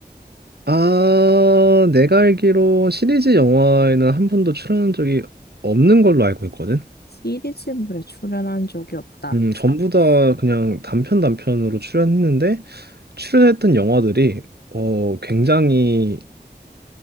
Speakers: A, on the right; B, on the left.
A: 아, 내가 알기로 시리즈 영화에는 한 번도 출연한 적이 없는 걸로 알고 있거든.
B: 시리즈물에 출연한 적이 없다.
A: 음, 전부 다 그냥 단편 단편으로 출연했는데, 출연했던 영화들이 어 굉장히